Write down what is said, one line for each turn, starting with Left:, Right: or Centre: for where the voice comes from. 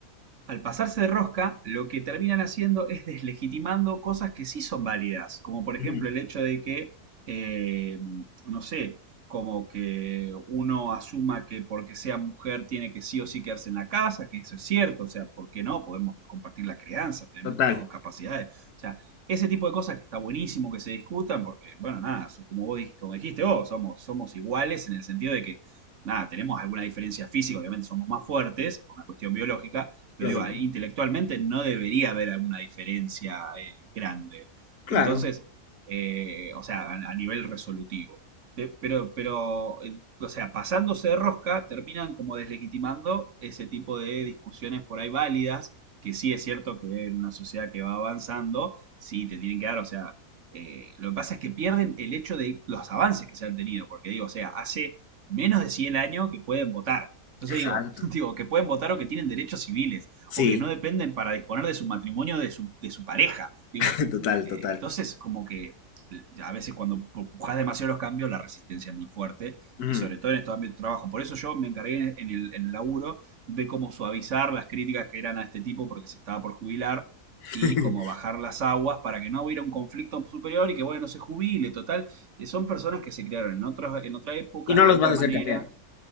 Right: al pasarse de rosca, lo que terminan haciendo es deslegitimando cosas que sí son válidas, como por ejemplo
Left: Ujú,
Right: el hecho de que, eh, no sé, como que uno asuma que porque sea mujer tiene que sí o sí quedarse en la casa, que eso es cierto, o sea, ¿por qué no? Podemos compartir la crianza, tenemos
Left: Total,
Right: las dos capacidades, o sea, ese tipo de cosas que está buenísimo que se discutan, porque, bueno, nada, so- como vos dij- como dijiste vos, somos, somos iguales en el sentido de que, nada, tenemos alguna diferencia física, obviamente somos más fuertes por una cuestión biológica, pero
Left: Lógico.
Right: digo, ahí intelectualmente no debería haber una diferencia eh, grande.
Left: claro,
Right: Entonces, eh, o sea, a, a nivel resolutivo. Te- pero, pero, eh, o sea, pasándose de rosca, terminan como deslegitimando ese tipo de discusiones por ahí válidas, que sí es cierto que en una sociedad que va avanzando, sí te tienen que dar, o sea, eh, lo que pasa es que pierden el hecho de los avances que se han tenido, porque digo, o sea, hace menos de 100 años que pueden votar. Entonces
Left: exacto.
Right: digo, <laughs> digo, que pueden votar o que tienen derechos civiles
Left: Sí,
Right: o que no dependen para disponer de su matrimonio de su, de su pareja. Digo,
Left: <laughs> total,
Right: eh,
Left: total.
Right: entonces como que eh, a veces cuando pujas demasiado los cambios, la resistencia es muy fuerte
Left: Ujú.
Right: y sobre todo en estos ámbitos de trabajo. Por eso yo me encargué en el, en el laburo de cómo suavizar las críticas que eran a este tipo porque se estaba por jubilar
Left: <laughs>
Right: y cómo bajar las aguas para que no hubiera un conflicto superior y que, bueno, se jubile, total. eh, Son personas que se criaron en, otros, en otra época,
Left: Y no
Right: de
Left: los
Right: otra
Left: vas a
Right: manera,
Left: hacer cambiar.